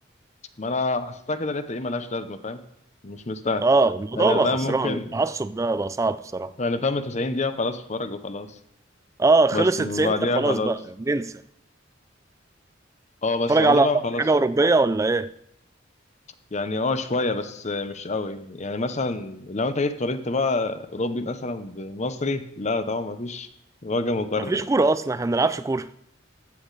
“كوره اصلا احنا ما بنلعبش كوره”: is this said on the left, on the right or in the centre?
Right